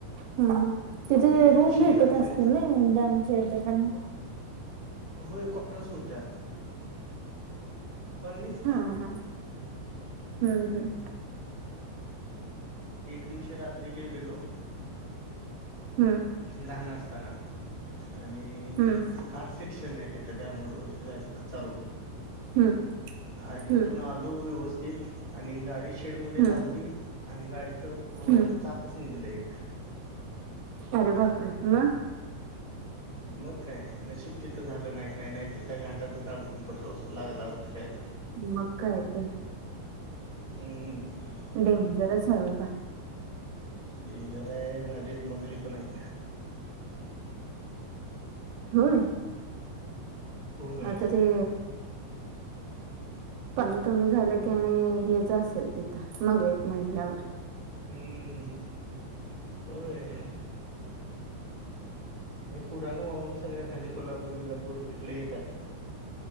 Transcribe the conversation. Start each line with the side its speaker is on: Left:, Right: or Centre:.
Right: हम्म, तिथे
Left: एक दिवशी
Right: रूम भेटत
Left: रात्रीच
Right: असतील ने डॅमच्या इथे, का नाही?
Left: होय, कोटर्स होत्या, कॉलनीच
Right: हा
Left: की.
Right: हा हम्म हम्.
Left: एक दिवशी रात्री गेलेलो.
Right: हम्म.
Left: लहान असताना आणि
Right: हम्म
Left: असं घाट सेक्शन आहे ते. त्या डॅमवर वरती जायचा कचचा रोड,
Right: हम्म
Left: आणि तिथून
Right: हम्म
Left: आत आलो व्यवस्थित, आणि गाडी शेडमध्ये
Right: हम्म
Left: लावली, आणि गाडीच
Right: हम्म
Left: चाक कसं निघले एक.
Right: अरे बापरे! मग?
Left: मग काय, नशीब तिथं झालं नाही काय नाही, तर त्या घाटातच अडकून पडलो असतो, लागला असतं काय.
Right: मग, काय तर.
Left: हम्म्.
Right: डेंजरस आहे बाबा.
Left: डेंजर आहे, नदीत मगरी पण आहेत त्या.
Right: होय!
Left: होय
Right: आता ते. पाणी कमी झालं की आणि हेच असेल तिथं, मगरी आहेत म्हंटल्यावर.
Left: हम्म, होय. त्या पुराला वाहून सगळ्या खाली कोल्हापूर, विलापूर इकडे येतात.